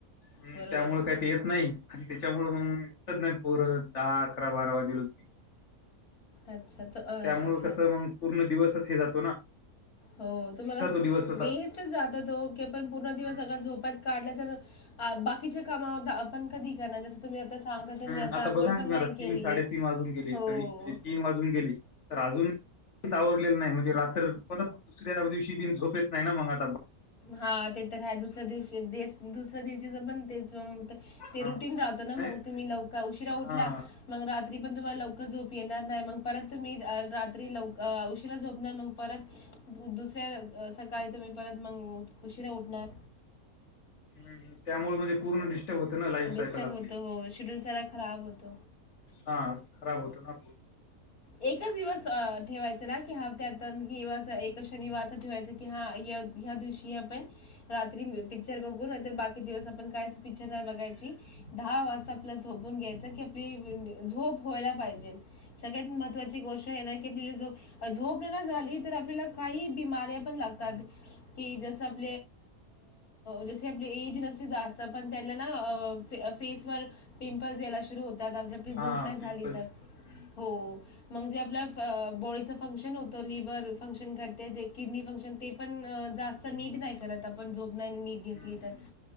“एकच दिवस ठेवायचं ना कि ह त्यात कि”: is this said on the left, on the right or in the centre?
Left